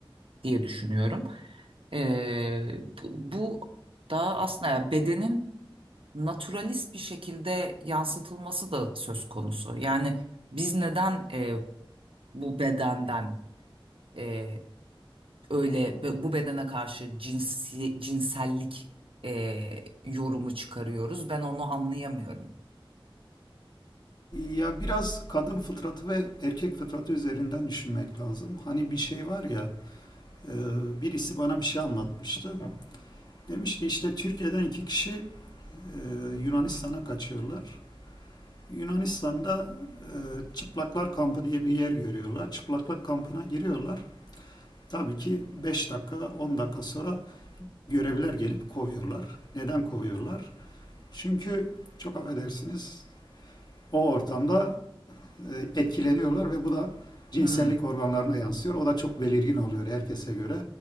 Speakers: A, on the right; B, on the left.
A: diye düşünüyorum. E, bu, bu da aslında ya bedenin naturalist bir şekilde yansıtılması da söz konusu. Yani biz neden e, bu bedenden e, öyle be- bu bedene karşı cinsi, cinsellik e, yorumu çıkarıyoruz? Ben onu anlayamıyorum.
B: Ya biraz kadın fıtratı ve erkek fıtratı üzerinden düşünmek lazım. Hani bir şey var ya, e, birisi bana bir şey anlatmıştı. Demişti işte Türkiye'den iki kişi e, Yunanistan'a kaçıyorlar. Yunanistan'da e, Çıplaklar Kampı diye bir yer görüyorlar. Çıplaklar Kampı'na giriyorlar. Tabii ki 5 dakika, 10 dakika sonra görevliler gelip kovuyorlar. Neden kovuyorlar? Çünkü çok affedersiniz o ortamda e, etkileniyorlar ve bu da cinsellik
A: Hmm.
B: organlarına yansıyor. O da çok belirgin oluyor herkese göre.